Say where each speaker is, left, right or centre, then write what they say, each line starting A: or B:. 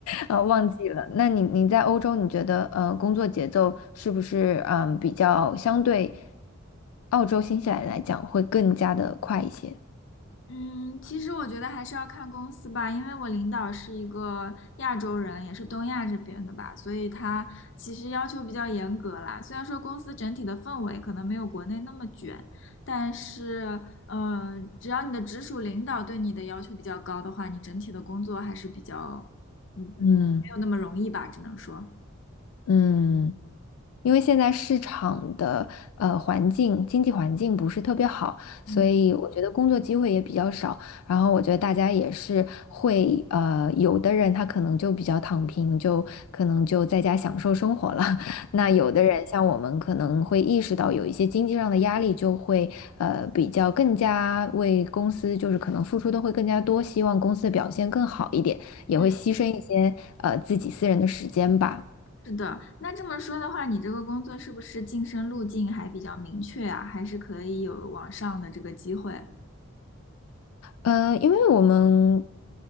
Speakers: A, on the left (about 80°); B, on the left (about 55°).
A: 呃，忘记了。那你你在欧洲，你觉得呃工作节奏是不是嗯、比较相对澳洲、新西兰来讲会更加的快一些？
B: 嗯，其实我觉得还是要看公司吧，因为我领导是一个亚洲人，也是东亚这边的吧，所以他其实要求比较严格啦。虽然说公司整体的氛围可能没有国内那么卷，但是，嗯，只要你的直属领导对你的要求比较高的话，你整体的工作还是比较，嗯嗯，
A: 嗯
B: 没有那么容易吧，只能说，
A: 嗯。因为现在市场的呃环境、经济环境不是特别好，所以我觉得工作机会也比较少。
B: 嗯
A: 然后我觉得大家也是会呃，有的人他可能就比较躺平，就可能就在家享受生活了。<laughs>
B: 嗯
A: 那有的人像我们可能会意识到有一些经济上的压力，就会呃比较更加为公司就是可能付出的会更加多，希望公司的表现更好一点，也会牺牲一些呃自己私人的时间吧。
B: 嗯。是的，那这么说的话，你这个工作是不是晋升路径还比较明确啊？还是可以有往上的这个机会？
A: 嗯，因为我们